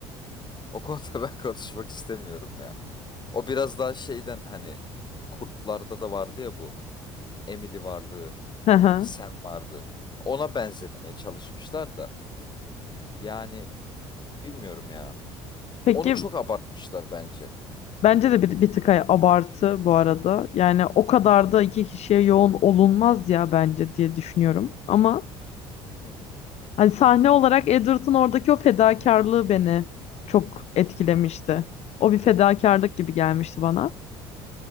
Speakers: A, on the left; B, on the left.
A: O konuda <laughs> ben konuşmak istemiyorum ya. O biraz daha şeyden hani Kurtlarda da vardı ya bu. Emily vardı,
B: Hı hı.
A: Sam vardı. Ona benzetmeye çalışmışlar da. Yani bilmiyorum ya.
B: Peki
A: Onu çok abartmışlar bence.
B: Bence de bir, bir tık ay- abartı bu arada. Yani o kadar da iki kişiye yoğun olunmaz ya bence diye düşünüyorum. Ama
A: Hı hı.
B: hani sahne olarak Edward'ın oradaki o fedakarlığı beni çok etkilemişti. O bir fedakarlık gibi gelmişti bana.